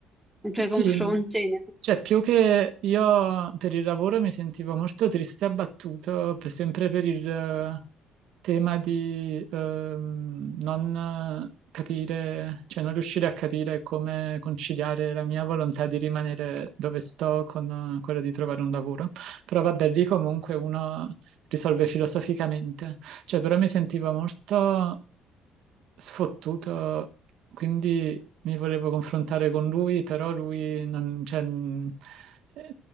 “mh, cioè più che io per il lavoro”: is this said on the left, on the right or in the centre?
Right